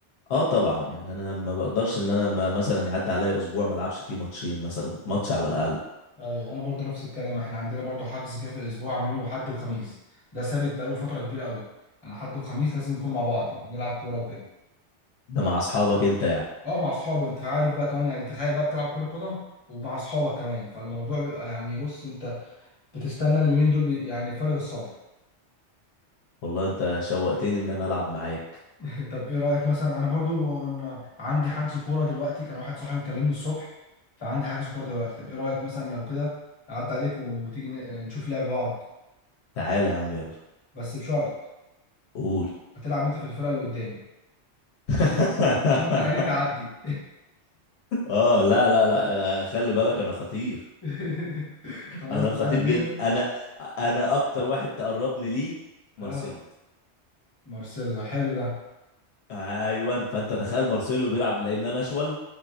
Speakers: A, on the left; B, on the left.
A: اه طبعا يعني انا ما بقدرش ان انا ما مثلا يعدي عليا اسبوع ما العبش فيه ماتشين مثلا ماتش على الاقل
B: ايوه انا برضو نفس الكلام احنا عندنا برضو حجز كده في الاسبوع عاملينه حد وخميس ده ثابت بقاله فتره كبيره قوي انا حد وخميس لازم نكون مع بعض يعني نلعب كوره وكده
A: ده مع اصحابك انت يعني
B: اه مع اصحابي انت عارف بقى كمان يعني تخيل بقى بتلعب كره قدم ومع اصحابك كمان فالموضوع بيبقى يعني بص انت بتستنى اليومين دول بي- يعني فارغ الصبر
A: والله انت شوقتني ان انا العب معاك
B: <laughs> طب ايه رايك مثلا انا برضو ان عندي حجز كوره دلوقتي كان واحد صاحبي مكلمني الصبح فعندي حجز كوره دلوقتي طب ايه رايك مثلا لو كده اعدي عليك وتيجي ن- نشوف لعب بعض
A: تعالى يا عم يلا
B: بس بشرط
A: قول
B: هتلعب انت في الفرقه اللي قدامي
A: <laughs>
B: عشان عشان مش هخليك تعدي
A: اه لا لا لا آه، خلي بالك انا خطير
B: <laughs> خلاص
A: انا
B: تعالى
A: خطير
B: بينا
A: جدا انا انا اكتر واحد تقربني ليه مارسيلو
B: اه مارسيلو ده حلو ده
A: ايوه فانت
B: ايوه
A: تخيل مارسيلو بيلعب لان انا اشول